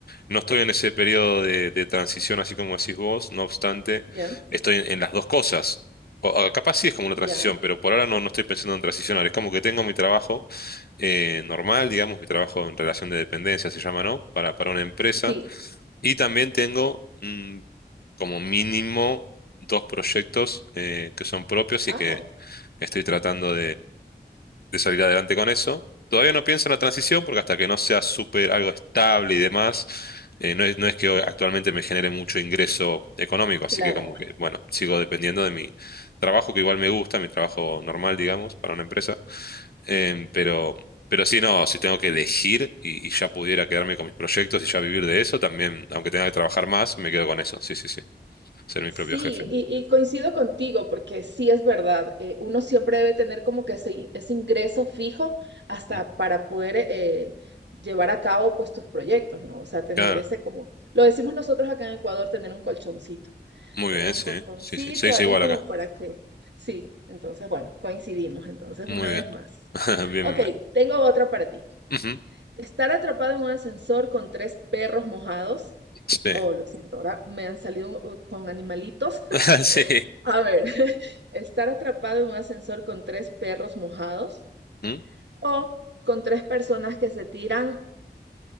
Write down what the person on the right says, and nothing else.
Ya,
ya.
Sí.
Ah,
claro.
Sí,
y, y coincido contigo porque sí es verdad, eh, uno siempre debe tener como que ese, ese ingreso fijo hasta
para poder eh, llevar a cabo pues tus proyectos, ¿no? O sea, tener
ese como, lo decimos nosotros acá en Ecuador, tener un colchoncito,
tener
un
colchoncito
ahí
como
para que, sí, entonces bueno, coincidimos, entonces
una
vez más.
Ok,
tengo otra para ti.
Estar atrapado en un ascensor con tres perros mojados.
Oh, lo siento, ahora me han salido uh, con animalitos
a ver, <laughs> estar atrapado en un ascensor con tres perros mojados
o con tres personas que se tiran,